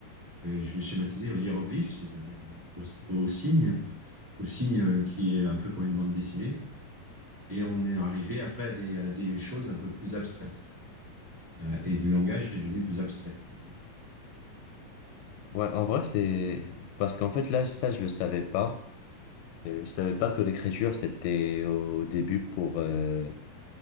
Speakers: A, on the right; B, on the left.
A: je vais, je vais schématiser, au hiéroglyphe, c'est-à-dire au, au signe, au signe qui est un peu comme une bande dessinée. Et on est arrivé après à des, à des choses un peu plus abstraites. Euh, et le langage est devenu plus abstrait, du coup.
B: Ouais, en vrai, c'est... Parce qu'en fait, là, ça, je le savais pas. Euh, Je savais pas que l'écriture, c'était au début pour euh,